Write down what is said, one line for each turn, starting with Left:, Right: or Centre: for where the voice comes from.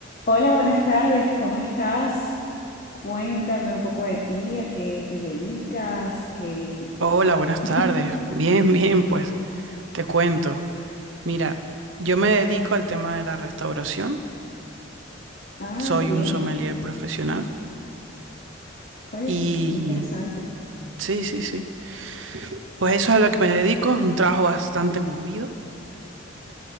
Left: Hola, buenas tardes, ¿cómo estás? Cuéntame un poco de ti, a qué te dedicas, qué...
Right: Hola, buenas
Left: <laughs>
Right: tardes. Bien, bien, pues te cuento. Mira, yo me dedico al tema de la restauración.
Left: Ah,
Right: Soy
Left: bien.
Right: un sommelier profesional
Left: Oye,
Right: y
Left: qué, qué interesante.
Right: sí, sí, sí. Pues eso es a lo que me dedico. Es un trabajo bastante movido.